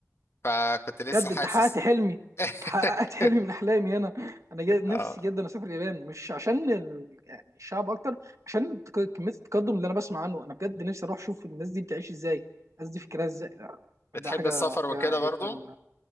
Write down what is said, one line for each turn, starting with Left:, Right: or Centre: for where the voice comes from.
Left: فكنت لسه
Right: بجد
Left: حاسس
Right: انت حققت حلمي
Left: <laughs>
Right: حققت حلمي من احلامي انا انا جد نفسي
Left: اه
Right: جدا اسافر اليابان مش عشان ال... يعني الشعب اكتر عشان التك- كميه التقدم اللي انا بسمع عنه انا بجد نفسي اروح اشوف الناس دي بتعيش ازاي الناس دي فكرها ازاي لا،
Left: بتحب
Right: ده حاجه
Left: السفر
Right: حاجه
Left: وكده
Right: جدا
Left: برضو